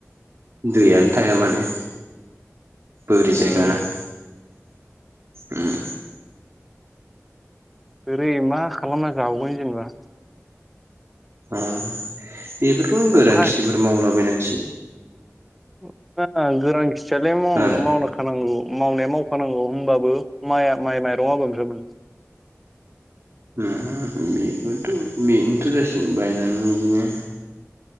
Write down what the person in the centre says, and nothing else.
उम
बोरै मा खालामना जावगोन जेनेबा
अखा
ओ गोरान खिथियालाय मावनो
मावनो खानांगौ मावनाया मावखानांगौ होनोमबाबो माया माइ माइरं अबेफ्राय मोन